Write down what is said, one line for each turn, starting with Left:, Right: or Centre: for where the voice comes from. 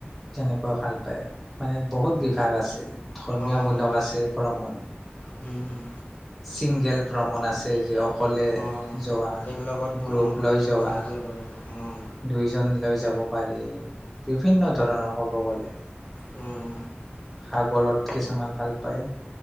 Centre: তেনেকুৱা ভাল পায় মানে বহুত বিভাগ আছে ধৰ্মীয়মূলক
Left: অ', অ',
Centre: আছে ভ্ৰমণ।
Left: হুম, হুম।
Centre: চিংগেল ভ্ৰমণ আছে যি অক অকলে
Left: অঁ
Centre: যোৱা,
Left: এক লগত ভ্ৰমণো
Centre: গ্ৰুপলৈ
Left: কৰে
Centre: যোৱা।
Left: ছিংগলো কৰে অঁ
Centre: দুইজন লৈ যাব পাৰি বিভিন্ন ধৰণৰ ক'ব গ'লে।
Left: উম!
Centre: সাগৰত কিছুমান ভাল পায়।